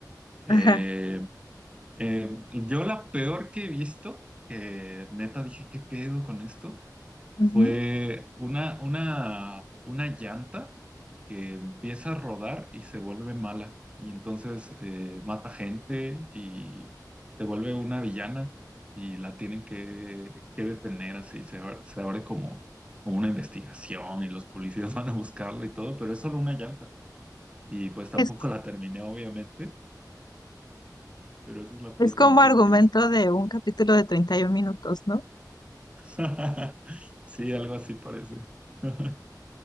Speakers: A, on the right (about 15°); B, on the left (about 75°).
A: Eh,
B: Ajá.
A: eh, yo la peor que he visto, que neta dije, ¿qué pedo con esto?
B: Ujú.
A: Fue una, una, una llanta que empieza a rodar y se vuelve mala. Y entonces eh, mata gente y se vuelve una villana y la tienen que, que detener así. Se, abre- se abre como, como una investigación y los policías <laughs> van a buscarla y todo, pero es solo una llanta. Y pues tampoco
B: Es,
A: la terminé, obviamente, pero esa es la peor
B: es como
A: película
B: argumento
A: que he visto.
B: de un capítulo de 31 minutos, ¿no?
A: <laughs> Sí, algo así parece. <laughs>